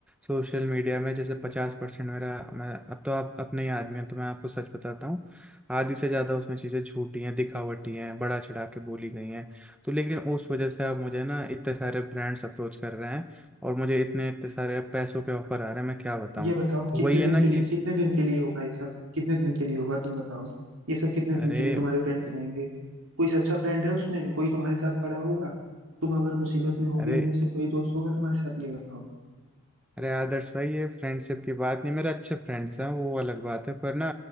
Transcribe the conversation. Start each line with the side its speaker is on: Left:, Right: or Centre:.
Centre: सोशल मीडिया में जैसे पचास परसेंट मेरा मैं अब तो आप अपने ही आदमी हैं तो मैं आपको सच बताता हूँ आधी से ज़्यादा उसमें चीज़ें झूठी हैं दिखावटी हैं बड़ा चढ़ा के बोली गई हैं तो लेकिन उस वजह से अब मुझे ना इतने सारे ब्रांड्स अप्रोच कर रहे हैं और मुझे इतने इतने सारे अब पैसों के ऑफर आ रहे हैं मैं क्या बताऊँ
Right: ये बताओ
Centre: तो
Right: कितने
Centre: वही
Right: दिन
Centre: है ना
Right: के लिए
Centre: कि
Right: कितने दिन के लिए होगा ये सब कितने दिन के लिए होगा तुम बताओ ये सब कितने
Centre: अरे
Right: दिन के लिए तुम्हारे फ्रेंड्स रहेंगे कोई सच्चा फ्रेंड है उसमें कोई तुम्हारे साथ खड़ा होगा तुम अगर मुसीबत में होगी
Centre: अरे
Right: उनमें से कोई दोस्त होगा तुम्हारे साथ ये बताओ
Centre: अरे आदर्श भाई ये फ्रेंडशिप की बात नहीं मेरे अच्छे फ्रेंड्स हैं वो अलग बात है पर ना